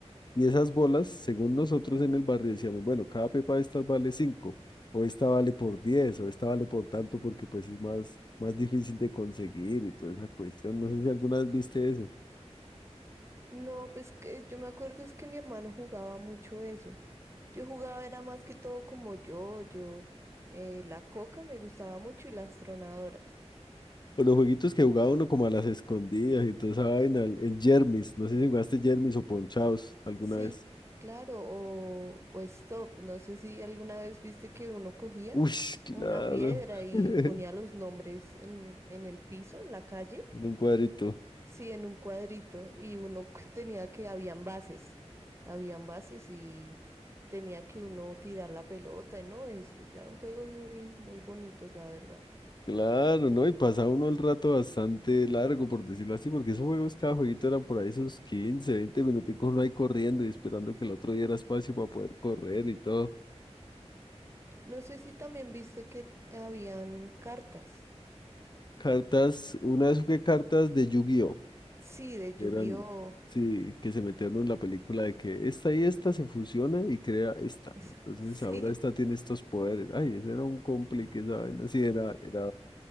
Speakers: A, on the left; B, on the right.
A: y esas bolas, según nosotros en el barrio, decíamos, bueno, cada pepa de estas vale 5 o esta vale por 10 o esta vale por tanto, porque pues es más, más difícil de conseguir y toda esa cuestión. No sé si alguna vez viste eso.
B: No, pues que yo me acuerdo es que mi hermano jugaba mucho eso. Yo jugaba era más que todo como yo, yo, eh, la coca me gustaba mucho y las tronadoras.
A: O los jueguitos que jugaba uno como a las escondidas y toda esa vaina, el- en Jermis. No sé si jugaste Jermis o Ponchaos alguna
B: Sí,
A: vez.
B: claro, o, o stop. No sé si alguna vez viste que uno cogía
A: Uy, claro.
B: una piedra y
A: <laughs>
B: ponía los nombres en, en el piso, en la calle,
A: En un cuadrito.
B: sí, en un cuadrito, y uno <laughs> tenía que, habían bases, habían bases y tenía que uno tirar la pelota, ¿no? Es, eran juegos muy, muy bonitos, la verdad.
A: Claro, ¿no? Y pasaba uno el rato bastante largo, por decirlo así, porque esos juegos, cada jueguito eran por ahí esos 15 20 minuticos uno ahí corriendo y esperando que el otro diera espacio para poder correr y todo.
B: No sé si también viste que t- habían cartas,
A: Cartas, una vez jugué cartas de yu gi
B: sí, de Yu-Gi-Oh!
A: Eran, sí, que se metieron en la película de que esta y esta se fusiona y crea esta.
B: <laughs>
A: Entonces ahora esta
B: Sí,
A: tiene estos poderes. Ay, ese era un complique, esa vaina. Sí, era, era,